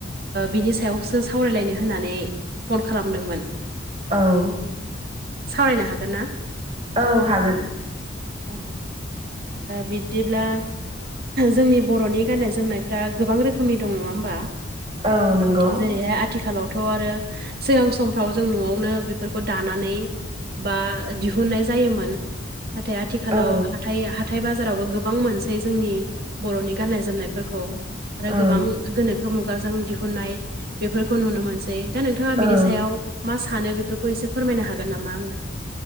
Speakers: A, on the right (about 55°); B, on the right (about 35°).
A: बिनि सायावसो सावरायलायनो होननानै फन खालामदोंमोन।
B: औ।
A: सावरायनो हागोन ना?
B: औ हागोन।
A: औ बिदिब्ला जोंनि बर'नि गाननाय जोमनायफ्रा गोबां रोखोमनि दं नङा होमबा?
B: औ नंगौ
A: जेरैहाय आथिखालावथ' आरो सिगां समफ्राव जों न'आवनो बेफोरखौ दानानै बा दिहुन दिहुननाय जायोमोन नाथाय आथिखालाव
B: औ
A: हााइ ह खन्थाइ बाजारावबो गोबां मोनसै जोंनि बर'नि गाननाय जोमनायफोरखौ आरो
B: औ
A: गोबां गोनोखो मुगाजों दिहुननाय बेफोरखौ नुनो मोनसै दा नोंथाङा बिनि
B: औ
A: सायाव मा सानो बेफोरखौ एसे फोरमायनो हागोन नामा आंनो?